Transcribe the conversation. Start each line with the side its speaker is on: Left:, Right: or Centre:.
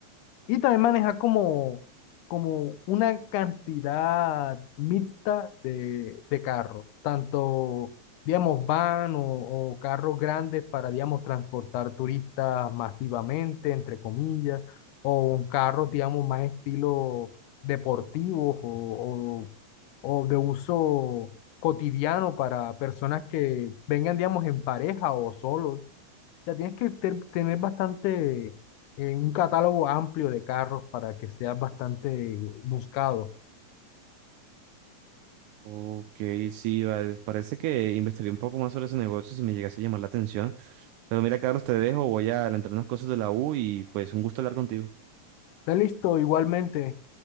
Left: Y también maneja como, como una cantidad mixta de, de carros, tanto, digamos, van o, o carros grandes para, digamos, transportar turistas masivamente, entre comillas, o un carro, digamos, más estilo deportivo o, o, o de uso cotidiano para personas que vengan, digamos, en pareja o solos. Ya tienes que ter- tener bastante, eh, un catálogo amplio de carros para que seas bastante buscado.
Right: Ok, sí, vale. Parece que investigué un poco más sobre ese negocio si me llegase a llamar la atención. Pero mira, Carlos, te dejo, voy a adelantar unas cosas de la U y pues un gusto hablar contigo.
Left: Está listo, igualmente.